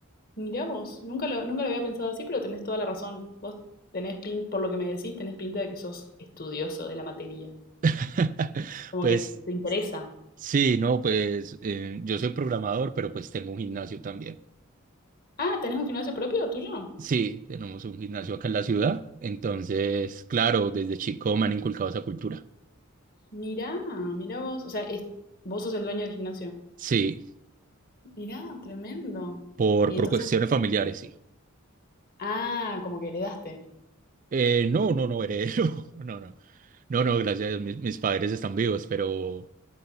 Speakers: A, on the left; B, on the right.
A: Mirá vos, nunca lo, nunca lo había pensado así, pero tenés toda la razón. Vos tenés pinta, por lo que me decís, tenés pinta de que sos estudioso de la materia.
B: <laughs>
A: Como
B: Pues
A: que te interesa.
B: sí, no, pues eh, yo soy programador, pero pues tengo un gimnasio también.
A: Ah, ¿tenés un gimnasio propio tuyo?
B: Sí, tenemos un gimnasio acá en la ciudad, entonces, claro, desde chico me han inculcado esa cultura.
A: Mirá, mirá vos. O sea, es- vos sos el dueño del gimnasio.
B: Sí,
A: Mirá, tremendo.
B: por,
A: Y
B: por
A: entonces,
B: cuestiones familiares, sí.
A: ah, como que heredaste.
B: Eh, no, no, no, heredero, <laughs> no, no, no, no, gracias a Dios, mis, mis padres están vivos, pero